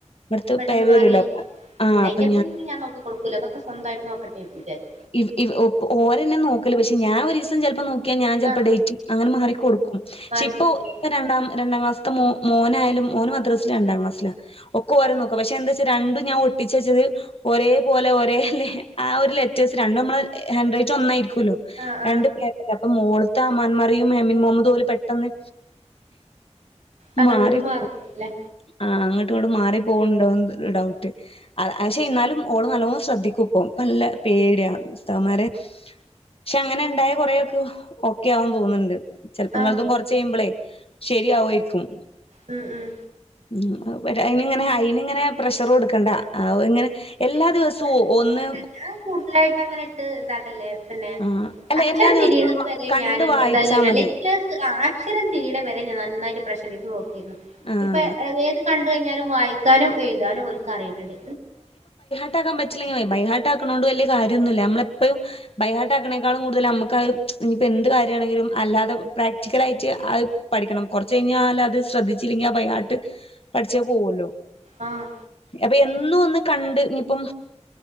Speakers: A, on the left (about 55°); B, on the right (about 85°).
A: ഇവിടുത്തെ
B: പെട്ടെന്ന്
A: പേ
B: മാറിയല്ല
A: വരുവല്ലോ അപ്പൊ ആഹ്
B: ടൈം
A: അപ്പൊ
B: ടേബിളൊന്നും ഞാൻ നോക്കി കൊടുക്കൂല്ല അതൊക്കെ സ്വന്തായിട്ട് നോക്കട്ടെ വിചാരി
A: ഇവ് ഇവ ഓ ഓരന്നെ നോക്കല് പക്ഷെ ഞാൻ ഒരീസം ചെലപ്പോ നോ ക്കിയാ ഞാൻ ചെലപ്പൊ
B: ആഹ്
A: ഡേറ്റ് അങ്ങനെ മാറി കൊടുക്കും.
B: മാറി
A: ക്ഷെ ഇപ്പൊ
B: നിക്കൂല
A: ഇപ്പ രണ്ടാം രണ്ടാം ക്ലാസ്സ്ത്തെ മോ മോനായാലും മോന് മദ്രസ്സൽ രണ്ടാം ക്ലാസ്സിലാ ഒക്കെ ഓര് നോക്കും പക്ഷെ എന്താച്ചാ രണ്ടും ഞാൻ ഒട്ടിച്ച് വെച്ചത് ഒരേ പോലെ ഒരേ ല് ആഹ് ഒരു ലെറ്റേഴ്സ് രണ്ടും നമ്മള് ഏഹ് ഹാൻഡ്റൈറ്റ് ഒന്നായിരിക്കൂല്ലോ
B: ആഹ് ആഹ്
A: രണ്ടു പേരല്ല അപ്പൊ മോളത്തെ അമ്മാരെയും എമിൻ മുഹമ്മദ് പോലും പെട്ടെന്ന്
B: അങ്ങോട്ടും
A: മാറിപ്പോകും
B: ഇങ്ങോട്ടും മാറില്ലേ
A: ആഹ് അങ്ങോട്ടും ഇങ്ങോട്ട് മാറി പോകണ്ടോന്ന് ഡൗട്ട് പക്ഷെ എന്നാലും ഓള് നല്ലോണം ശ്രദ്ധിക്കൂപ്പം നല്ല പേടിയാണ്ഉസ്താവന്മാരെ പക്ഷെ അങ്ങനെ ഉണ്ടായൽ കൊറെക്കെ ഓക്കെയാവുന്ന് തോന്നുന്നുണ്ട് ചെലപ്പങ്ങളതും
B: ആഹ്
A: കൊറച്ച് കയ്യുമ്പോളെ ശരിയാവായിരിക്കും
B: ഉം ഉം
A: ഉം അയിനിങ്ങനെ അയിന് ഇങ്ങനെ പ്രഷറു കൊടുക്കണ്ട ഇങ്ങനെ എല്ലാ
B: ആ,
A: ദിവസവും
B: ഞാൻ
A: ഒന്ന്
B: ഓരോ- ഞാൻ കൂടുതലായിട്ട് അങ്ങനെ ഇട്ട് ഇതാക്കല്ലേ പിന്നെ
A: ആഹ് അല്ല
B: അക്ഷരം
A: എല്ലാ ദിവസവും
B: തിരിയുന്നത് വരെ
A: കണ്ട്
B: ഞാന്
A: വായിച്ചാ
B: ഇതാ
A: മതി
B: അക്ഷരം തിരിണ വരെ ഞാൻ നന്നായിട്ട് പ്രഷർ ചെയ്ത് നോക്കിരുന്നു
A: ആഹ്
B: ഇപ്പ ഏത് ക കഴിഞ്ഞാലും വായിക്കാനും എഴുതാനും ഓന്ക്ക്‌ അറിയുന്നുണ്ട്
A: ട്ടാക്കാൻ പറ്റില്ലെങ്കിൽ ബൈ ഹാർട്ടാക്കണോണ്ട് വലിയ കാര്യൊന്നുമില്ല നമ്മളെപ്പഴും ബൈഹാർട്ട് ആക്കണേക്കാളും കൂടുതല് നമുക്കത് ഇനിപ്പോ എന്ത് കാര്യമാണെങ്കിലും അല്ലാതെ പ്രാക്ടിക്കല് ആയിട്ട് പഠിക്കണം കുറച്ച് കഴിഞ്ഞാല് അത് ശ്രദ്ധിച്ചില്ലെങ്കിൽ ആഹ് ബൈഹാർട്ട് പഠിച്ചേ പോകുല്ലോ
B: ആഹ്
A: അപ്പൊ എന്നും ഒന്ന് കണ്ട്. ഇഞ് ഇപ്പം